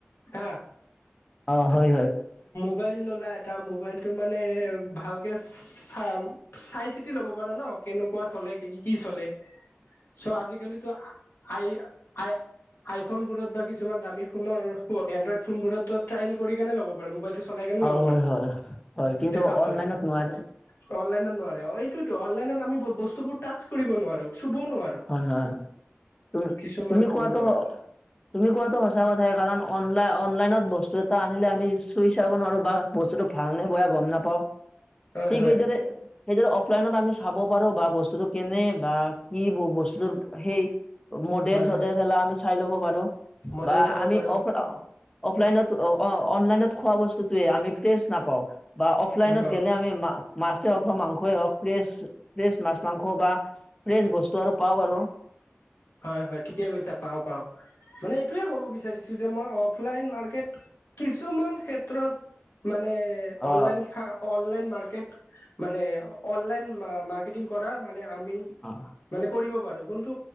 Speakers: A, on the left; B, on the left.
A: হা।
B: অ হয় হয়।
A: মোবাইল ল'লা এটা মোবাইলটো মানে ভালকে। চাম চাই চিতি ল'ব পাৰা নহ কেনে। কুৱা চলে কি কি চলে চ' আজিকালিতো আই আই। আই ফোনবোৰত বা কিছুমান দামী ফোনৰ এণ্ড্ৰইড ফোনবোৰত ট্ৰাইল কৰি কেনে লব পৰা। মোবাইলটো চলাই কেনে
B: অ
A: ল'ব
B: হয়
A: পাৰে
B: হয়। হয় কিন্তু
A: দেখা পোৱা
B: অনলাইনত
A: যায়।
B: নোৱাৰে
A: অনলাইনত নোৱাৰে অ এইটোতো অনলাইনত আমি বস্তুবোৰ টাচ কৰিব নোৱাৰো। চুব নোৱাৰো
B: হয় হয়। তুমি
A: কিছুমান
B: তুমি কোৱাতো
A: এনেকুৱা
B: তুমি কোৱাতো সঁচা কথায়েই কাৰণ অনলাই অনলাইনত। বস্তু এটা আনিলে আমি চুই চাব নোৱাৰোঁ বা বস্তুটো ভালনে বেয়া গম নাপাওঁ।
A: হয়
B: ঠিকে
A: হয়
B: এইদৰে এইদৰ। অফলাইনত আমি চাব পাৰোঁ বা বস্তুটো কেনে বা কি বস্তু সেই। মডেল
A: হয়
B: চডেল
A: হয়
B: শিলা আমি চাই ল'ব পাৰোঁ
A: মডেল
B: বা
A: চাব
B: আমি
A: পাৰো
B: অফ। অফলাইনত অনলাইনত খোৱা বস্তুটোৱে আমি ফ্ৰেছ নাপাওঁ। বা অফলাইনত
A: নাপাও
B: গ'লে আমি। <unintelligible> হওঁক বা মাংসই হক ফ্ৰেছ ফ্ৰেছ মাছ মাংস বা ফ্ৰেছ বস্তু। আৰু পাওঁ আৰু।
A: হয় হয় ঠিকে কৈছা পাওঁ পাওঁ মানে এইটোয়ে কব বিচাৰিছ। কৈছোঁ যে মই অফলাইন মাৰ্কেট কিছুমান ক্ষেত্ৰত মানে। মানে
B: অ
A: অনলাইন অনলাইন মাৰ্কেট মানে অনলাইন মাৰ্কেটিং কৰাৰ। মানে আমি
B: অ
A: মানে কৰিব পাৰোঁ কিন্তু।